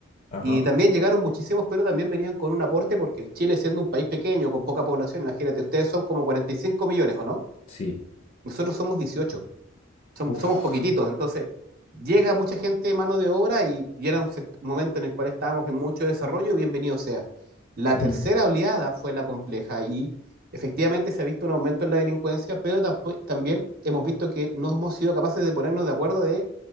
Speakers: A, on the left (about 35°); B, on the right (about 50°).
A: ajá,
B: y también llegaron muchísimos, pero también venían con un aporte porque Chile siendo un país pequeño, con poca población, imagínate, ustedes son como 45 millones, ¿o no?
A: sí.
B: Nosotros somos 18, som-
A: Uf.
B: somos poquititos, entonces llega mucha gente de mano de obra y, y era un sec- momento en el cual estábamos en mucho desarrollo, bienvenido sea. La
A: ujú,
B: tercera oleada fue la compleja y efectivamente se ha visto un aumento en la delincuencia, pero tampo- también hemos visto que no hemos sido capaces de ponernos de acuerdo de